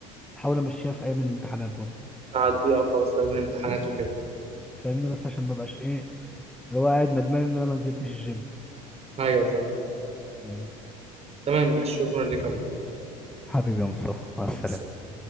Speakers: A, in the centre; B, on the right (about 40°).
A: احاول امشيها في ايام الامتحانات برضو
B: تعديها خلاص فاهم الامتحانات وكده
A: فاهمني بس عشان ما بقاش ايه اللي هو قاعد ندمان ان انا ما نزلتش الجيم
B: ايوه فاهم
A: مم.
B: تمام ماشي شكرا لك يا أبو. حميد.
A: حبيبي يا مصطفى مع السلامة
B: مع السلامه